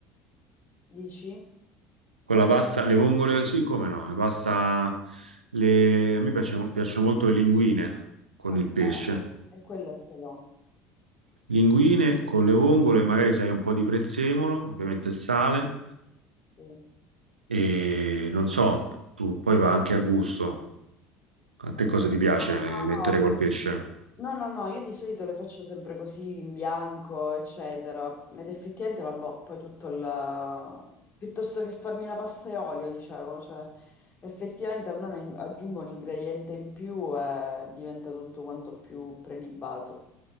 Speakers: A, on the left; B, on the right.
A: dici?
B: Con la pasta, le vongole, sì, come no, la pasta, le- a me piacciono, piacciono molto le linguine con
A: Ok,
B: il pesce.
A: e quella se l'ho.
B: Linguine con le vongole, magari sai un po' di prezzemolo, ovviamente il sale,
A: Sì. No,
B: e non so, tu poi va anche a gusto. A te cosa ti piace
A: no,
B: eh, mettere
A: no,
B: col pesce?
A: No, no, no, io di solito le faccio sempre così in bianco, eccetera. Ed effettivamente, vabbè, poi tutto il... piuttosto che farmi la pasta e olio, dicevo, cioè, effettivamente almeno in- aggiungo un ingrediente in più e diventa tutto quanto più prelibato.